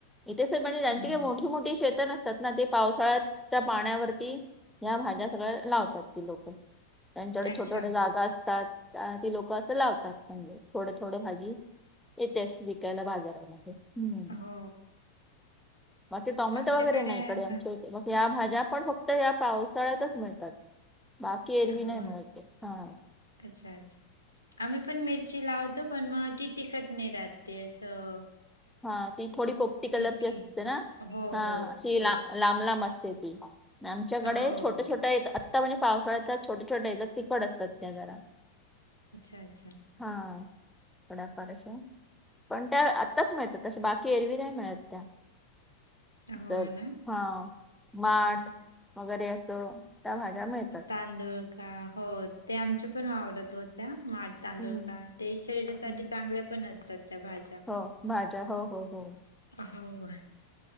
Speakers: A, in the centre; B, on the left.
A: इथे स म्हणजे त्यांची
B: हम्म
A: काय मोठी मोठी शेत नसतात ना ते पावसाळ्याच्या पाण्यावरती ह्या भाज्या सगळ्या लावतात ती लोकं, त्यांच्याकडे
B: अच्छा.
A: छोट छोट जागा असतात ती लोकं असं लावतात म्हणजे थोडं थोडं भाजी येते वि कायला बाजारामध्ये, हम्म.
B: हो
A: बाकी टॉमॅटो
B: आमच्याकडे
A: वगैरे नाही
B: आहे
A: इकडे
B: आता
A: आमच्या मग या भाज्या पण फक्त या पावसाळ्यातचं मिळतात. बाकी एरवी
B: हो
A: नाही मिळत हा.
B: अच्छा अच्छा. आम्ही पण मिरची लावतो पण मग ती तिखट नाही राहत ते असं.
A: हा ती थोडी पोपटी कलरची
B: फिक्की
A: असते ना?
B: हो,
A: हा
B: हो,
A: अशी
B: हो.
A: ला लांब लांब असते ती. आमच्याकडे
B: हो.
A: छोटे छोट्या आत्ता म्हणजे पावसाळ्यात छोटे छोट्या येतात तिखट असतात त्या जरा.
B: अच्छा अच्छा.
A: हा थोड्याफार अश्या पण त्या आ ताचं मिळतात अश्या बाकी एरवी नाही मिळत त्या
B: हो
A: च
B: ना?
A: हा. माठ
B: हं.
A: वगैरे असं त्या भाज्या मिळतात.
B: तांदळ का हो ते आमच्या पण वावरत होत्या माट. तांदूळ
A: हम्म,
B: का ते शरीरासाठी
A: हम्म.
B: चांगल्या पण असतात त्या भाज्या.
A: हो भाज्या हो हो हो.
B: होय.